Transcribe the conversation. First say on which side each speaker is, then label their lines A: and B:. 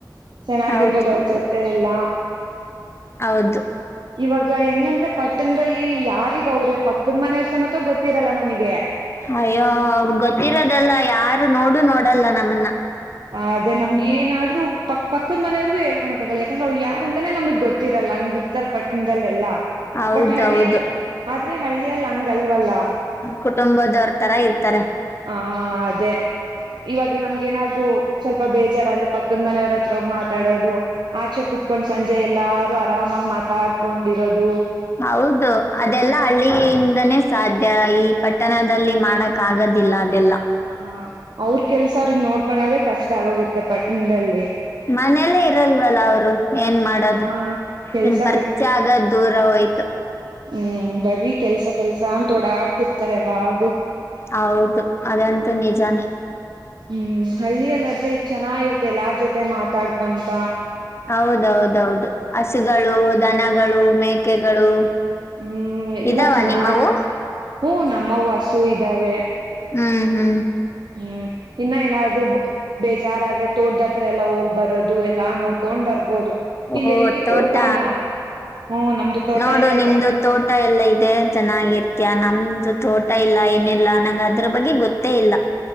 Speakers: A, on the right (about 75°); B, on the left (about 35°).
A: ಚೆನ್ನಾಗಿರ್ಬೋದ
B: ಹೌದು
A: ಅವ್ರ ಜೊತೆ ಎಲ್ಲಾ
B: ಹೌದು.
A: ಇವಾಗ ಹೆಂಗಂದ್ರೆ ಪಟ್ಟಣದಲ್ಲಿ ಯಾರಿಗ ಅವ್ರೆ ಪಕ್ಕದ ಮನೆಯವ್ರ ಸಮೇತ ಗೊತ್ತಿರಲ್ಲ ನಮಗೆ
B: ಅಯ್ಯೋ ಗೊತ್ತಿರೋದಲ್ಲ ಯಾರು ನೋಡು ನೋಡಲ್ಲ ನಮ್ಮನ್ನ
A: ಅದೇ ನಮ್ಗ ಎನಾದ್ರು ಪಕ್ಕದ ಮನೆಯವರ್ಗೂ ಹೇಳ್ಕೋಕ ಆಗಲ್ಲ ಯಾಕಂದ್ರೆ ಅವ್ರ ಯಾರಂತಾನೇ ನಮ್ಗ ಗೊತ್ತಿರಲ್ಲ ಹಂಗ ಉತ್ತರ ಪಟ್ಟಣದಲ್ಲೆಲ್ಲ
B: ಹೌದೌದು
A: ಬಟ್ ಹಳ್ಳಿಯಲ್ಲಿ ಆದ್ರೆ ಹಳ್ಳಿಯಲ್ಲಿ ಹಂಗಲ್ವಲ್ಲ.
B: ಕುಟುಂಬದವರತರ ಇರ್ತಾರೆ.
A: ಹಾ ಅದೇ ಇವಾಗ ನಮ್ಗ ಏನಾದ್ರು ಸ್ವಲ್ಪ ಬೇಜಾರಾದ್ರೆ ಪಕ್ಕದ ಮನೆಯವ್ರ ಹತ್ರೋಗ ಮಾತಾಡೋದು. ಆಚೆ ಕುತ್ಕೊಂಡ ಸಂಜೆ ಎಲ್ಲಾರು ಆರಾಮಾಗಿ ಮಾತಾಡ್ಕೊಂಡಿರೋದು.
B: ಹೌದು ಅದೆಲ್ಲ ಹಳ್ಳಿಯಿಂದನೇ ಸಾಧ್ಯ ಈ ಪಟ್ಟಣದಲ್ಲಿ ಮಾಡಕ್ ಕಾಗದಿಲ್ಲ ಅದೆಲ್ಲ
A: ಹಾ ಅವ್ರ ಕೆಲ್ಸ ಅವ್ರಗ ನೋಡ್ಕೋಳೋದೇ ಕಷ್ಟ ಆಗೋಗಿರ್ತ್ತ ಪಟ್ಟಣದಲ್ಲಿ
B: ಮನೆಲ್ಲೇ ಇರಲ್ವಲ್ಲ ಅವರು ಏನ್ ಮಾಡದು
A: ಹಾ ಕೆಲ್ಸ
B: ಇನ್ ಪರಿಚಯ ಆಗದ ದೂರ ಹೋಯ್ತು.
A: ಹ್ಮ ಬರಿ ಕೆಲ್ಸ ಕೆಲ್ಸ ಅಂತ ಓಡಾಡ್ತಿರ್ತಾರೆವಾಗು.
B: ಹೌದು ಅದಂತೂ ನಿಜಾನೇ.
A: ಹ್ಮ ಹಳ್ಳಿಯಲ್ಲಾದ್ರೆ ಚೆನ್ನಾಗಿರತ್ತ ಎಲ್ಲಾರ್ ಜೊತೆ ಮಾತಾಡ್ಕೊಂತ
B: ಹೌದೌದೌದ ಹಸುಗಳು ದನಗಳು ಮೇಕೆಗಳು
A: ಹ್ಮ ಎಲ್ಲ
B: ಇದಾವ
A: ಚೆನ್ನಾಗ
B: ನಿಮ್ಮವು
A: ಹೂ ನಮ್ಮವು ಹಸು ಇದ್ದಾವೆ.
B: ಹ್ಮ ಹ್ಮ.
A: ಹ್ಮ್ ಇನ್ನ ಏನಾದ್ರು ಬೇಜಾರ್ದ್ರೆ ತೋಡ್ದತ್ರ ಎಲ್ಲಾ ಹೋಗ ಬರೋದು ಎಲ್ಲಾ ನೋಡ್ಕೊಂಡ್ ಬರ್ಬೋದು.
B: ಓ
A: ಇಲ್ಲ ಎಲ್ಲಿಗ
B: ತೋಟ
A: ಹೋಗನ ಹ್ಮ ನಮ್ದು ತೋಟ
B: ನೋಡು
A: ಎಲ್ಲ
B: ನಿಮ್ದು ತೋಟ ಎಲ್ಲ ಇದೆ ಚೆನ್ನಾಗಿರ್ತ ನಮ್ದ ತೋಟ ಇಲ್ಲ ಏನಿಲ್ಲ ನಂಗ ಅದ್ರ ಬಗ್ಗೆ ಗೊತ್ತೇ ಇಲ್ಲ.